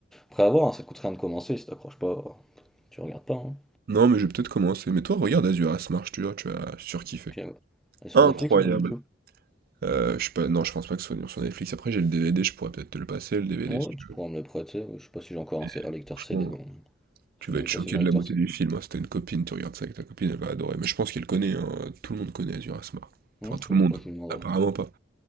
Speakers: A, in the centre; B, on the right.
A: après à voir hein, ça coûte rien de commencer si t'accroches pas, euh, tu regardes pas hein.
B: Non, mais je vais peut-être commencer. Mais toi, regarde Azura's Marche, tu vois, tu as surkiffé.
A: Ok, ouais. Et sur
B: Incroyable.
A: Netflix ou pas du tout?
B: Euh, je sais pas, non, je pense pas que ce soit sur Netflix. Après, j'ai le DVD, je pourrais peut-être te le passer, le DVD,
A: Ouais
B: si tu
A: tu pourras
B: veux.
A: me le prêter, je sais pas si j'ai encore un,
B: Et
A: C- un lecteur
B: franchement,
A: CD donc
B: Tu
A: je sais
B: vas
A: même
B: être
A: pas
B: choqué
A: si j'ai un lecteur
B: de la beauté
A: CD.
B: du film. hein. Si t'as une copine, tu regardes ça avec ta copine, elle va adorer. Mais je pense qu'elle connaît, hein. Tout le monde connaît Azur Asmar.
A: Hmm,
B: Enfin, tout
A: je
B: le monde.
A: je vous demanderai.
B: Apparemment pas.